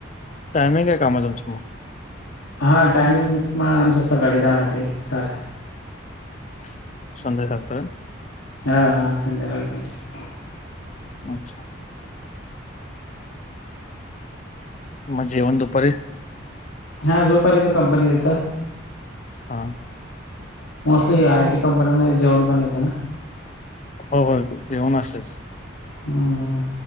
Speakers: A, on the left; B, on the left.
A: टायमिंग आहे कामाच तुमच्या मग..
B: हां टायमिंग्स मग आमचं सकाळी दहा ते सात...
A: संध्याकाळच...
B: हा हा संध्याकाळपर्यंत....
A: अच्छा... मग जेवण दुपारी.....
B: हा जो पर्यंत कंपनी देतं.
A: हा...
B: मोस्टली आय टी कंपनीमध्ये जेवण पण येत ना...
A: हो हो जेवण असतयच...
B: हम्म